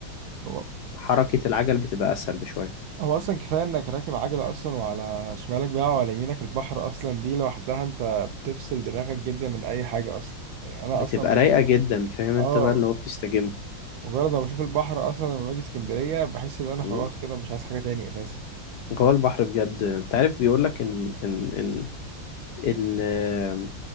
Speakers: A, on the right; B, on the left.
A: هو
B: فحركة العجل بتبقى أسهل بشوية
A: هو اصلا كفايه انك راكب عجله اصلا وعلى شمالك بقى وعلى يمينك البحر اصلا دي لوحدها انت بتفصل دماغك جدا من اي حاجه اصلا يعني انا
B: بتبقى
A: اصلا
B: رايقة جدا فاهم انت
A: اه
B: بقى اللي هو بتستجم
A: مجرد ما بشوف البحر اصلا لما باجي اسكندريه بحس ان انا
B: مم.
A: خلاص كده مش عايز حاجه تاني اساسا
B: هو البحر بجد انت عارف بيقولك ان ان ان ان آم،